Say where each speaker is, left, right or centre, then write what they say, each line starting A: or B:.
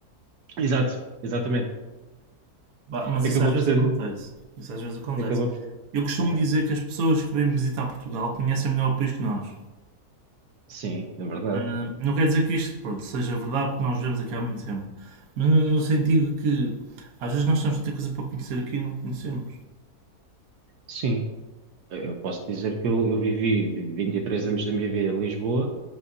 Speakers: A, on the right (about 80°); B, on the right (about 70°).
A: Exato, exatamente.
B: Pá, Mas
A: Acabou
B: isso às vezes
A: por ser.
B: acontece. Isso às vezes acontece.
A: Acabou por...
B: Eu costumo
A: Sim,
B: dizer que as pessoas que vêm visitar Portugal conhecem melhor o país que nós.
A: sim, é verdade.
B: Ah, não quer dizer que isto, pronto, seja verdade, porque nós vivemos aqui há muito tempo. Mas no, no sentido que às vezes nós temos tanta coisa para conhecer aqui e não conhecemos.
A: Sim, eu posso dizer que eu, eu vivi 23 anos da minha vida em Lisboa.